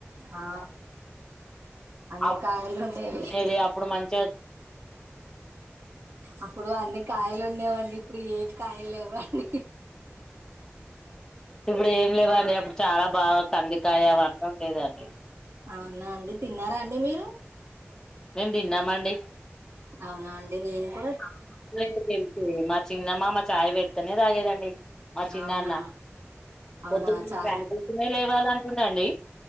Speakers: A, on the right (about 75°); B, on the left (about 15°).
A: ఆ అన్ని
B: అప్పుడు
A: కాయలు ఉండేవి
B: తినేది అప్పుడు మంచిగా
A: అప్పుడు అన్ని కాయలు ఉండేవండి ఇప్పుడు ఏం కాయలు లేవండి
B: ఇప్పుడు ఏం లేవండి అప్పుడు చాలా బాగా కందికాయ అవన్నీ ఉన్ లేదండి
A: అవునా అండి తిన్నార అండి మీరు
B: మేము తిన్నామండి
A: అవునా అండి నేను కూడ
B: <unintelligible> చిన్న మామ ఛాయ్ పెడితేనే తాగేదండి మా చిన్నాన్న
A: అవునా అవునా
B: పొద్దున్న
A: చ
B: చాయ్ కోసమే లేవాలంటుండండి